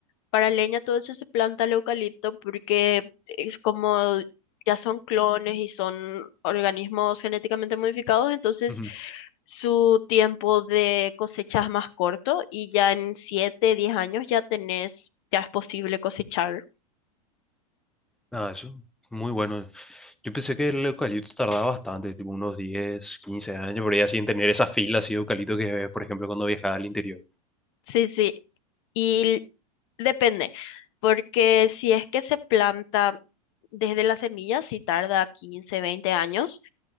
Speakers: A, on the left; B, in the centre.
A: para leña, todo eso se planta el eucalipto porque es como ya son clones y son organismos genéticamente modificados, entonces
B: ujú.
A: su tiempo de cosecha es más corto y ya en 7, 10 años ya tenés, ya es posible cosechar.
B: Ah, eso, muy bueno. Yo pensé que el eucalipto tardaba bastante, tipo unos 10 15 años, por ahí así en tener esa fila así de eucalipto que ves, por ejemplo, cuando viajaba al interior.
A: Sí, sí. Y depende, porque si es que se planta desde las semillas, sí tarda 15 20 años,